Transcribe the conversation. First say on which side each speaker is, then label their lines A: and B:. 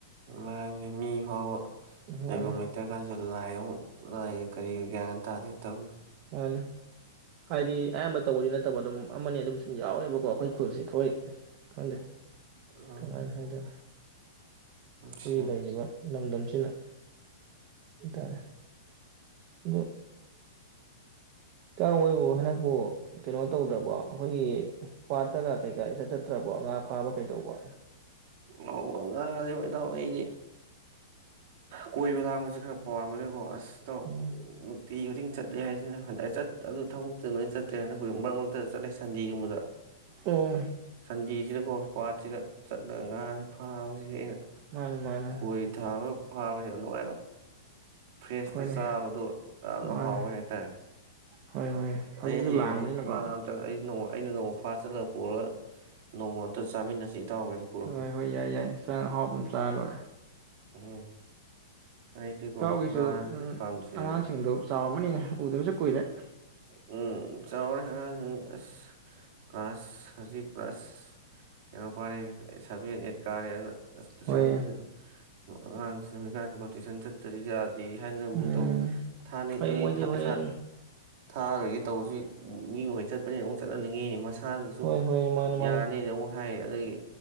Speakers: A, on the right; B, on the right.
A: ꯃꯥꯅꯦ ꯃꯤ ꯐꯥꯎꯕ ꯂꯩꯐꯝ
B: ꯃꯥꯅꯦ
A: ꯂꯩꯇ꯭ꯔ ꯀꯥꯟꯁꯨ ꯂꯥꯛꯑꯕ ꯀꯔꯤ ꯒ꯭ꯌꯥꯟ ꯇꯥꯗꯤꯦ ꯇꯧꯋꯏ
B: ꯃꯥꯅꯤ ꯍꯥꯏꯗꯤ ꯑꯌꯥꯝꯕ ꯇꯧꯕꯗꯤ ꯅꯠꯇꯕ ꯑꯗꯨꯝ ꯑꯃꯅꯤ ꯑꯗꯨꯝ ꯁꯨꯝ ꯌꯥꯎꯋꯦꯕꯀꯣ ꯑꯩꯈꯣꯏ ꯈꯨꯜꯁꯤ ꯑꯩꯈꯣꯏ ꯈꯪꯗꯦ
A: ꯎꯝ
B: ꯀꯃꯥꯏꯅ ꯍꯣꯏꯗ
A: ꯑꯠꯁꯥ
B: ꯍ ꯂꯩꯏꯕ ꯂꯝꯗꯝꯁꯤꯅ
A: ꯎꯝ
B: ꯇꯔꯦ ꯑꯗ ꯀ ꯑꯣꯏꯣꯏꯕꯨ ꯍꯅ ꯕꯨ ꯀꯩꯅꯣ ꯇꯧꯗ꯭ꯔꯕ ꯑꯩꯈꯣꯏꯒꯤ ꯄꯥꯠꯇꯒ ꯀꯩꯀꯥ ꯏꯆꯠ ꯆꯠꯇ꯭ꯔꯕꯣ ꯉꯥ ꯐꯥꯕ ꯀꯩꯗꯧꯕ
A: ꯑꯣ ꯉꯥꯡꯥꯁꯦ ꯏꯅꯥꯎ ꯑꯩꯗꯤ ꯀꯣꯏꯕ ꯂꯥꯡꯁꯦ ꯈꯔ ꯄꯥꯝꯕꯅꯤꯀꯣ ꯑꯁ
B: ꯎꯝ
A: ꯍꯧꯖꯤ ꯆꯠꯂꯦ ꯍꯥꯏꯁꯤꯅ ꯍꯟ ꯑꯩ ꯆꯠ ꯑꯗꯨ ꯊꯕꯛꯇꯨ ꯂꯣꯏꯅ ꯆꯠꯇ꯭ꯔꯦ ꯍꯥꯏꯅꯈ ꯃꯔꯛ ꯃꯔꯛꯇ ꯆꯠꯂꯦ ꯁꯟꯗꯤꯤꯒꯨꯝꯕꯗ
B: ꯑꯣ
A: ꯁꯟꯗꯤꯤꯁꯤꯗꯀꯣ ꯄꯥꯠꯁꯤꯗ ꯆꯠꯂꯒ ꯉꯥꯁ ꯐꯥꯕꯁꯤꯗꯤ ꯑꯩꯅ
B: ꯃꯥꯅꯤ ꯃꯥꯅꯤ
A: ꯈꯣꯏ ꯊꯥꯕꯒ ꯐꯥꯕꯁꯤ ꯅꯨꯡꯉꯕ ꯐ꯭ꯔꯦꯁꯇ
B: ꯍꯣꯏꯅꯦ
A: ꯆꯥꯕꯗ ꯌꯥꯝꯅ
B: ꯃꯥꯅꯤ
A: ꯍꯥꯎꯋꯦ ꯍꯥꯏꯇꯥꯔꯦ
B: ꯍꯣꯏ ꯍꯣꯏ ꯍꯧꯖꯤꯛꯁꯨ
A: ꯑꯩ ꯍꯌꯦꯡ
B: ꯂꯥꯡꯕꯅꯤꯅꯀꯣ
A: ꯑꯃ ꯑꯃꯇ ꯑꯩꯁꯨ ꯅꯣꯡ ꯑꯩꯅ ꯅꯣꯡꯃ ꯐꯥ ꯆꯠꯂꯒ ꯄꯨꯔꯒ ꯅꯣꯡꯃ ꯑꯝꯇ ꯆꯥꯃꯤꯟꯅꯁꯤ ꯏꯇꯥꯎ ꯍꯣꯏꯗ ꯄꯨꯔꯛꯀꯦ
B: ꯍꯣꯏ ꯍꯣꯏ ꯌꯥꯏ ꯌꯥꯏ ꯆꯪ ꯑꯍꯥꯎꯕ ꯑꯃ ꯆꯥ ꯂꯣꯏꯔꯦ
A: ꯎꯝ ꯑꯩꯗꯤꯀꯣ
B: ꯊꯥꯎꯒꯤꯁꯨ
A: ꯉꯥꯁꯦ ꯄꯥꯝꯖꯩꯕ
B: ꯑꯉꯥꯡꯁꯤꯡꯗꯣ ꯆꯥꯎꯝ ꯑꯃꯅꯤꯅ ꯎꯗꯕꯁꯨ ꯀꯨꯏꯔꯦ
A: ꯎꯝ ꯆꯥꯎꯔꯦ ꯑꯉꯥꯡꯁꯤꯡ ꯑꯁ ꯀ꯭ꯂꯥꯁ ꯍꯧꯖꯤꯛ ꯀ꯭ꯂꯥꯁ ꯀꯩꯅꯣ ꯄꯥꯔꯤ ꯁꯚꯦꯟ ꯑꯩꯏꯠ ꯀꯥꯔꯦ ꯑꯗꯨꯅ ꯑꯁ ꯇꯨꯏꯁꯟꯖꯦ
B: ꯍꯣꯏ
A: ꯥ ꯑꯉꯥꯡꯁꯤꯡ ꯍꯧꯖꯤꯛꯀꯥꯟꯁꯦꯀꯣ ꯇꯨꯏꯁꯟ ꯆꯠꯇ꯭ꯔꯗꯤ ꯌꯥꯗꯦ <unintelligible> ꯍꯥꯏꯅꯔꯨꯒꯨꯝ
B: ꯎꯝ
A: ꯇꯧ ꯊꯥꯅꯤ
B: ꯍꯣꯏ
A: ꯑꯩ
B: ꯃꯣꯏꯗꯤ ꯍꯣꯏ
A: ꯏꯁꯥ ꯊꯥꯔꯥꯔꯣꯏꯒꯦ ꯇꯧꯕꯁꯨ ꯃꯤ ꯑꯣꯏ ꯆꯠꯄꯅꯤꯅ ꯑꯃꯨꯛ ꯆꯠꯍꯟꯅꯤꯡꯉꯤ ꯃꯁꯥꯅꯁꯨ
B: ꯍꯣꯏ ꯍꯣꯏ ꯃꯥꯅꯤ ꯃꯥꯅꯤ
A: ꯌꯥꯔꯅꯤꯗꯤ ꯑꯃꯨꯛ ꯍꯥꯏ ꯑꯗꯒꯤ